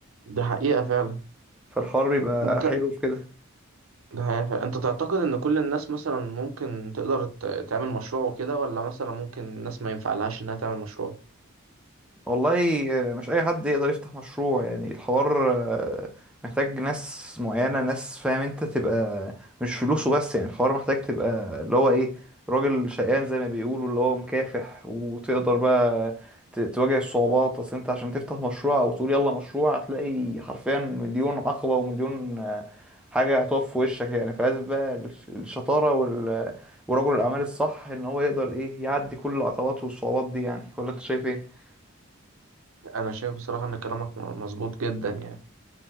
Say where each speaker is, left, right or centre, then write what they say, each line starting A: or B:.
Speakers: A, on the right; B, in the centre.
A: ده حقيقة فعلا
B: فالحوار بيبقى
A: انت
B: حلو في كده
A: ده حقيقة فعلا. انت تعتقد ان كل الناس مثلا ممكن تقدر ت- تعمل مشروع وكده ولا مثلا ممكن الناس ما ينفعلهاش انها تعمل مشروع
B: والله آه، مش اي حد يقدر يفتح مشروع يعني الحوار آه، محتاج ناس معينة ناس فاهم انت تبقى مش فلوسه بس يعني الحوار محتاج تبقى اللي هو ايه راجل شقيان زي ما بيقولوا اللي هو مكافح وتقدر بقى ت- تواجه الصعوبات اصل انت عشان تفتح مشروع او تقول يلا مشروع هتلاقي حرفيا مليون عقبة ومليون آه، حاجة هتقف في وشك يعني فلازم بقى الش- الشطارة وال ورجل الأعمال الصح إن هو يقدر إيه يعدي كل العقبات والصعوبات دي يعني ولا أنت شايف إيه؟
A: انا شايف بصراحه ان كلامك م- مظبوط جدا يعني